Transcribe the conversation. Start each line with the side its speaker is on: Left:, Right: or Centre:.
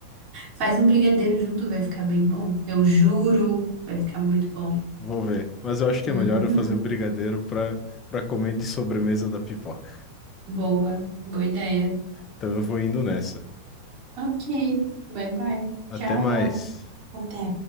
Right: Faz um brigadeiro junto, vai ficar bem bom. Eu juro, vai ficar muito bom.
Left: Vou ver. Mas eu acho que
Right: Uhum.
Left: é melhor eu fazer o brigadeiro pra para comer de sobremesa da pipoca.
Right: Boa, boa ideia.
Left: Então eu vou indo nessa.
Right: Ok, bye bye.
Left: Até
Right: Tchau.
Left: mais.
Right: Até.